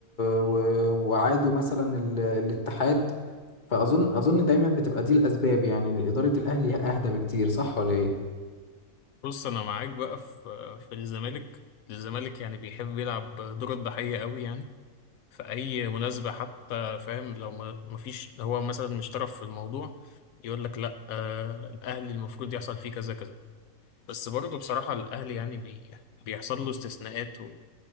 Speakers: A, on the left; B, on the left.
A: و... وعادوا مثلا ال... الاتحاد فأظن أظن دايما بتبقى دي الأسباب يعني إدارة الأهلي أهدى بكتير صح ولا إيه؟
B: بص أنا معاك بقى في في الزمالك الزمالك يعني بيحب يلعب دور الضحية قوي يعني في أي مناسبة حتى فاهم لو ما ما فيش لو هو مثلا مش طرف في الموضوع يقول لك لا آه الأهلي المفروض يحصل فيه كذا كذا بس برضه بصراحة الأهلي يعني بي... بيحصل له استثناءات و...